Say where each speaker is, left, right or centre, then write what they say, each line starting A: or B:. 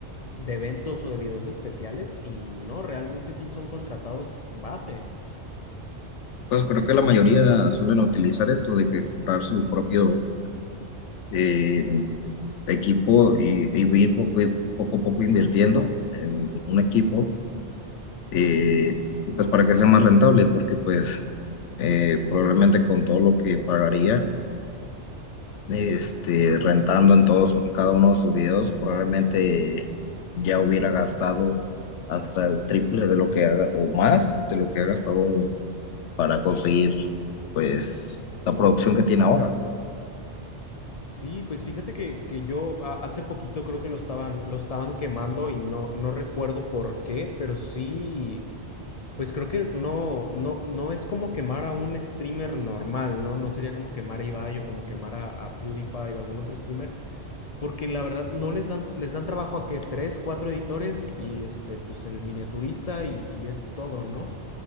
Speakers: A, on the left; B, on the left.
A: de eventos o de videos especiales y no, realmente sí son contratados base.
B: pues creo que la mayoría suelen utilizar esto de que comprar su propio eh, equipo y, y ir poco, y- poco a poco invirtiendo en un equipo, eh, y pues para que sea más rentable, porque pues eh, probablemente con todo lo que pagaría este, rentando en todos, cada uno de sus videos, probablemente ya hubiera gastado hasta el triple de lo que haga, o más de lo que ha gastado para conseguir, pues, la producción que tiene ahora.
A: Sí, pues fíjate que, que yo a- hace poquito creo que lo estaban, lo estaban quemando y no, no recuerdo por qué, pero sí. Pues creo que no, no, no es como quemar a un streamer normal, ¿no? No sería como quemar a Ibai o como quemar a, a PewDiePie o algún otro streamer, porque la verdad no les dan, les dan trabajo a que tres, cuatro editores y este, pues el miniaturista y, y es todo, ¿no?